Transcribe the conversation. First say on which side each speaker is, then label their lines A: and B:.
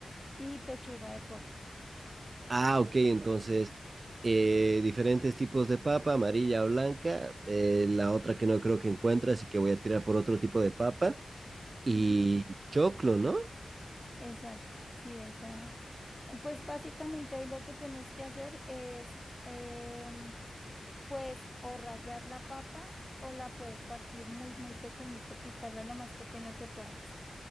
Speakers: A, on the left; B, on the right.
A: y pechuga de pollo.
B: ah, ok, entonces eh, diferentes tipos de papa, amarilla o blanca, eh, la otra que no creo que encuentre, así que voy a tirar por otro tipo de papa y
A: Ujú,
B: choclo, ¿no?
A: Exacto, sí, esa. Pues básicamente ahí lo que tienes que hacer es, em, pues, o rallar la papa o la puedes partir muy, muy pequeñito, picarla lo más pequeño que puedas.